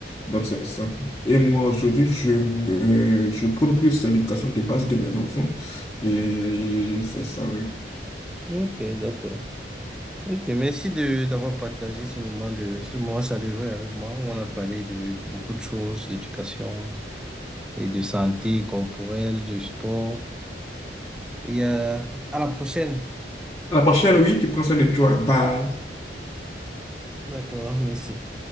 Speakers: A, on the left (about 20°); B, in the centre.
A: dans ce sens. Et moi, aujourd'hui, je, me- je prône plus l'éducation de base de mes enfants. Et c'est ça, oui.
B: Ok, d'accord. Ok, merci de d'avoir partagé ce moment de ce moment chaleureux avec moi où on a parlé de, de beaucoup de choses, d'éducation et de santé corporelle, du sport. Et euh, à la prochaine.
A: À la prochaine, oui, tu prends soin de toi. Bye.
B: D'accord, merci.